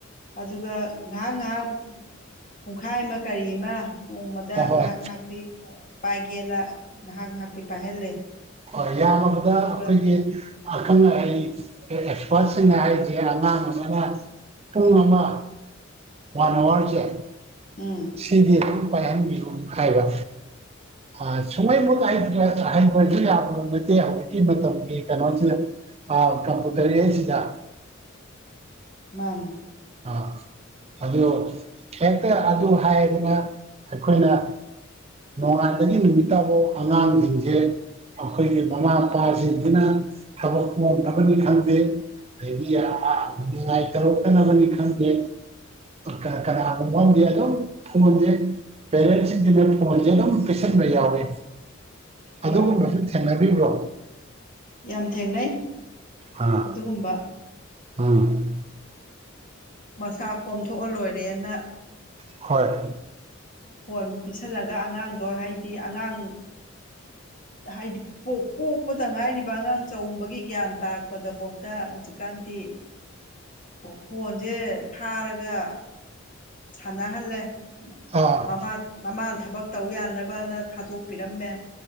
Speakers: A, on the left (about 40°); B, on the right (about 30°).
A: ꯑꯗꯨꯒ ꯉꯥꯏꯍꯥꯛ ꯉꯥꯏꯍꯥꯛ ꯄꯨꯡꯈꯥꯏ ꯑꯃ ꯀꯔꯤ ꯑꯃ ꯅꯣꯡꯃꯗ
B: ꯍꯣꯏ ꯍꯣꯏ
A: ꯉꯍꯥꯛ ꯉꯍꯥꯛ ꯇꯤ ꯄꯥꯏꯒꯦꯅ ꯉꯍꯥꯛ ꯉꯍꯥꯛꯇꯤ ꯄꯥꯏꯍꯜꯂꯦ
B: ꯍꯣꯏ ꯌꯥꯝꯃꯕꯗ
A: ꯑꯗꯨꯒ
B: ꯑꯈꯣꯏꯒꯤ ꯑꯈꯪ ꯑꯍꯩ ꯑꯦꯛꯁꯄꯥꯔꯠꯁꯤꯡꯅ ꯍꯥꯏꯔꯤꯖꯦ ꯑꯉꯥꯡ ꯑꯃꯅ ꯄꯨꯡ ꯑꯃ ꯋꯥꯟ ꯑꯋꯥꯔꯖꯦ
A: ꯎꯝ
B: ꯁꯤꯗꯤ ꯑꯗꯨꯝ ꯄꯥꯏꯍꯟꯕꯤꯌꯨ ꯍꯥꯏꯕ ꯑ ꯁꯨꯡꯍꯩꯃꯛ ꯍꯩꯇꯔ꯭ ꯍꯩꯇꯔ꯭ꯖꯨ ꯌꯥ ꯊꯕꯛ ꯅꯠꯇꯦ ꯍꯧꯖꯤꯛꯀꯤ ꯃꯇꯝꯒꯤ ꯀꯩꯅꯣꯖꯤꯗ ꯑꯥ ꯀꯝꯄꯨꯇꯔ ꯑꯦꯖꯁꯤꯗ
A: ꯃꯥꯅꯤ
B: ꯑꯥ ꯑꯗꯣ ꯍꯦꯛꯇ ꯑꯗꯨ ꯍꯥꯏꯌꯦꯗꯅ ꯑꯩꯈꯣꯏꯅ ꯅꯣꯡꯉꯥꯟꯇꯒꯤ ꯅꯨꯃꯤꯠꯇꯕꯧ ꯑꯉꯥꯡꯖꯤꯡꯖꯦ ꯑꯈꯣꯏꯒꯤ ꯃꯃꯥ ꯃꯄꯥꯖꯤꯡꯖꯤꯅ ꯊꯕꯛ ꯀꯣꯝꯅꯕꯅꯤ ꯈꯪꯗꯦ ꯗꯩꯗꯤ ꯑꯥ ꯅꯤꯡꯉꯥꯏ ꯇꯧꯔꯛꯇꯅꯕꯅꯤ ꯈꯪꯗꯦ ꯀꯅ ꯀꯅꯥꯒꯨꯝꯕ ꯑꯝꯗꯤ ꯑꯗꯨꯝ ꯐꯣꯟꯖꯦ ꯄꯦꯔꯦꯟꯁꯤꯡꯒꯤꯅ ꯐꯣꯟꯖꯦ ꯑꯗꯨꯝ ꯄꯤꯁꯟꯕ ꯌꯥꯎꯋꯦ ꯑꯗꯨꯒꯨꯝꯕꯁꯨ
A: ꯌꯥꯎꯋꯦ ꯌꯥꯎꯋꯦ
B: ꯊꯦꯡꯅꯕꯤꯕ꯭ꯔꯣ
A: ꯌꯥꯝ ꯊꯦꯡꯅꯩ
B: ꯑꯥ
A: ꯑꯗꯨꯒꯨꯝꯕ
B: ꯎꯝ
A: ꯃꯁꯥ ꯀꯣꯝꯊꯣꯛꯑ ꯂꯣꯏꯔꯦꯅ
B: ꯍꯣꯏ
A: ꯐꯣꯟ ꯄꯤꯁꯜꯂꯒ ꯑꯉꯥꯡꯗꯣ ꯍꯥꯏꯗꯤ ꯑꯉꯥꯡ ꯍꯥꯏꯗ ꯄꯣꯛ ꯄꯣꯛꯄꯗ ꯉꯥꯏꯔꯤꯕ ꯑꯉꯥꯡ ꯆꯎꯝꯕꯒꯤ ꯒ꯭ꯌꯥꯟ ꯇꯥꯔꯛꯄꯗꯕꯣꯛꯇ ꯍꯧꯖꯤꯛꯀꯥꯟꯗꯤ ꯐꯣꯟꯖꯦ ꯊꯥꯔꯒ ꯁꯥꯟꯅꯍꯜꯂꯦ
B: ꯑꯥ
A: ꯃꯃꯥ ꯃꯃꯥꯅ ꯊꯕꯛ ꯇꯧ ꯌꯥꯅꯕꯅ ꯊꯥꯗꯣꯛꯄꯤꯔꯝꯃꯦ